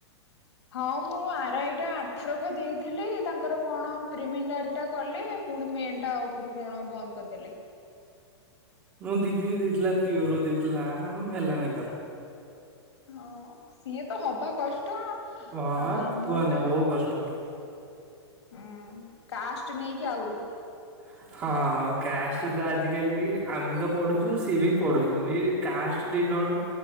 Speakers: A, on the left; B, on the right.
A: ହଁ ମୁଁ ଆର ଆଇ ଟା ଆର୍ଥରକ ଦେଇଥିଲି ତାଙ୍କର କଣ ପ୍ରିମନାରୀ ଟା। କଲେ ପୁଣି ମେନ୍ ଟା ଉପରୁ କଣ ବନ୍ଦ କରିଦେଲେ।
B: ମୋ ଦିଦି ବି ଦେଇଥିଲା ପିଓର ଦେଇଥିଲା ହଁ ହେଲାନି ତାର
A: ହଁ ସିଏ ତ ହବା କଷ୍ଟ।
B: ହଁ
A: ଆମର
B: କୁହନି
A: ତ
B: ବହୁତ କଷ୍ଟ।
A: ହୁଁ କାଷ୍ଟ ନେଇକି ଆହୁରି
B: <inaudible> ହଁ କାଷ୍ଟ ତ ଆଜିକାଲି ଆମେ ତ ପଢୁଛୁ ସିଏ ବି ପଢୁଛନ୍ତି କାଷ୍ଟ ଟିକେ କଣ-